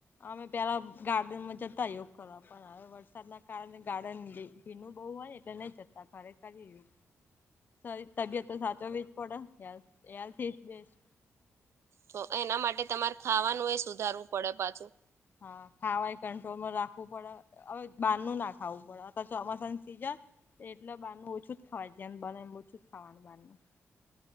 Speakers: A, on the left; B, on the right.
A: અમે પેલા ગાર્ડનમાં જતા યોગ કરવા પણ વરસાદ ના કારણે ગાર્ડન ભીનું બહુ હોય ને એટલે નઈ જતા ખરે કરી. રી તબિયત તો સાચોવી જ પડે હેલ્થ.
B: તો એના માટે તમારે ખાવાનું એ સુધારવું પડે પાછું.
A: હા ખાવા એ કંટ્રોલમાં રાખવું પડે. હવે બારનું ના ખાવું પડે અ ચોમાસાનું સિજન એટલે બારનું ઓછું જ ખવાય જેમ બને એમ ઓછું જ ખાવાનું એમ.